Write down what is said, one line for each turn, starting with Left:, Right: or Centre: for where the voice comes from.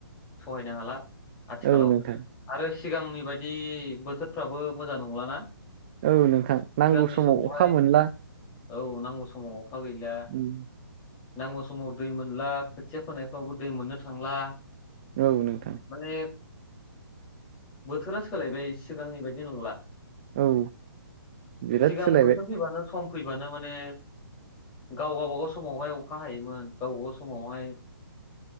Left: सहायनो हाला आथिखालाव
Right: औ नोंथां
Left: आरो सिगांनि बायदि बोथोरफ्राबो मोजां नंलाना।
Right: औ नोंथां नांगौ
Left: सिगांनि
Right: समाव
Left: समावहाय
Right: अखा मोनला।
Left: औ नांगौ समाव अखा गैला।
Right: उम
Left: नांगौ समाव दै मोनला खोथिया फोनायफ्रावबो दै मोननो थांला।
Right: औ नोंथां।
Left: माने बोथोरा सोलायबाय सिगांनि बायदि नंला।
Right: औ बिराद
Left: सिगां
Right: सोलायबाय
Left: बोथोर फैबानो सम फैबानो माने गाव गावबागाव समावहाय अखा हायोमोन गावबागाव समावहाय